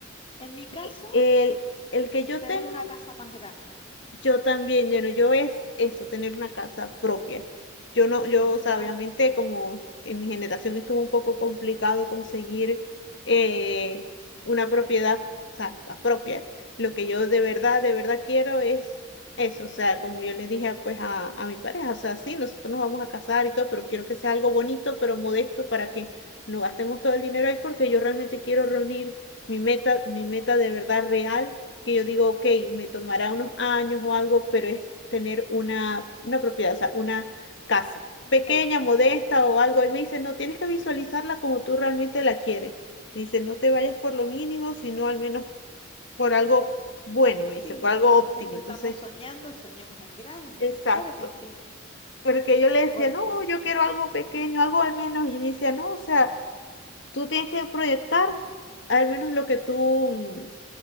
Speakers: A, on the left; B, on the left.
A: En mi caso...
B: sí, el, el que yo
A: Tener
B: tengo
A: una casa más grande.
B: Yo también, yo no, yo es eso, tener una casa propia. Yo no, yo,
A: Ajá,
B: o sea, obviamente como en mi generación estuvo un poco complicado conseguir eh, una propiedad, o sea, la propia. Lo que yo de verdad,
A: sí,
B: de verdad quiero es eso, o sea, como yo le dije a, pues a, a mi pareja, o sea, sí, nosotros nos vamos a casar y todo, pero quiero que sea algo bonito, pero modesto para que no gastemos todo el dinero ahí porque yo realmente quiero reunir mi meta, mi meta de verdad real que yo digo, ok, me tomará unos años o algo, pero es tener una, una propiedad, o sea, una casa
A: un
B: pequeña,
A: techo.
B: modesta o algo. Él me dice, no, tienes que visualizarla como tú realmente la quieres. Me dice, no te vayas por lo mínimo, sino al menos por algo bueno,
A: Y
B: me
A: sí,
B: dice, por algo óptimo.
A: ya que estamos
B: Entonces,
A: soñando, soñemos en grande.
B: exacto.
A: Claro que sí,
B: Porque yo le decía,
A: porque
B: no, yo quiero algo pequeño, algo al menos. Y él me decía, no, o sea, tú tienes que proyectar al menos lo que tú, mm,